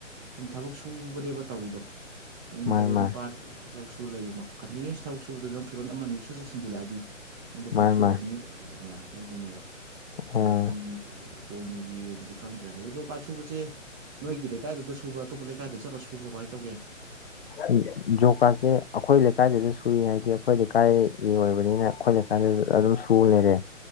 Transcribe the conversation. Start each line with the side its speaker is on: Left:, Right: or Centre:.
Right: ꯁꯨꯝ ꯊꯕꯛ ꯁꯨꯕꯅꯦꯕ ꯇꯧꯔꯤꯗꯣ ꯄꯨꯡ
Left: ꯃꯥ
Right: ꯇꯔꯦꯠ
Left: ꯃꯥ
Right: ꯅꯤꯄꯥꯜ ꯊꯕꯨꯛ ꯁꯨꯔꯕ ꯂꯩꯕ ꯀꯟꯇꯤꯅ꯭ꯌꯨꯁ ꯊꯕꯛ ꯁꯨꯕꯗ ꯅꯪ ꯐꯤꯔꯣꯟꯜ ꯑꯃꯅꯤꯅꯤ ꯏꯁꯠ ꯆꯠꯁꯤꯟꯖꯤꯜꯂꯛꯑꯗꯤ ꯅꯪꯕꯨ ꯊꯕꯛ
Left: ꯃꯥ
Right: ꯁꯨꯗꯕ
Left: ꯃꯥ
Right: ꯃꯤꯅ ꯑꯗꯨꯒꯤꯅꯦꯕ
Left: ꯑꯣ
Right: ꯑꯗꯨꯗ ꯅꯪ ꯀꯣꯏ ꯕꯤ ꯑꯗꯨꯗꯤ ꯈꯪꯗ꯭ꯔꯦ ꯑꯗꯨꯗꯣ ꯌꯣꯒꯥꯥ ꯁꯨꯕꯁꯦ ꯅꯣꯏꯒꯤ ꯂꯩꯀꯥꯏꯗ ꯁꯕ꯭ꯔ ꯑꯇꯣꯞꯄ ꯂꯩꯥꯏꯗ ꯆꯠꯂꯒ ꯁꯨꯕ꯭ꯔꯣꯃꯥꯏꯅ ꯇꯧꯒꯦ
Left: ꯎ ꯌꯣꯒ ꯀꯥꯔꯠꯁꯦ ꯑꯩꯈꯣꯏ ꯂꯩꯀꯥꯏꯗꯁꯨ ꯁꯨꯏ ꯍꯥꯏꯗꯤ ꯑꯩꯈꯣꯏ ꯂꯩꯀꯥꯏꯒꯤ ꯑꯣꯏꯕꯅꯤꯅ ꯑꯩꯈꯣꯏ ꯂꯩꯀꯥꯏ ꯑꯗꯨ ꯑꯗꯨꯝ ꯁꯨ ꯂꯩꯔꯦ